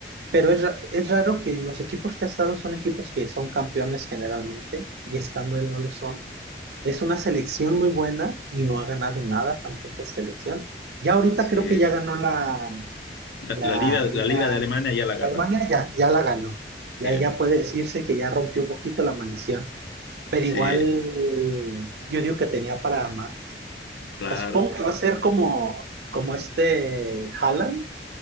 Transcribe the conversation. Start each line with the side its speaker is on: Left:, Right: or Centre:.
Right: pero es, ra- es raro que los equipos que ha estado son equipos que son campeones generalmente y estando él no lo son. Es una selección muy buena y no ha ganado nada tampoco es selección. Ya ahorita
Left: sí.
Right: creo que ya ganó la,
Left: La,
Right: la
Left: la liga,
Right: Liga
Left: la liga de Alemania ya la ganó.
Right: de Alemania, ya, ya la ganó.
Left: Sí,
Right: Ya, ya puede decirse que ya rompió un poquito la maldición, pero
Left: sí,
Right: igual yo digo que tenía para más.
Left: claro.
Right: O sea, supongo que va a ser como, como este Haaland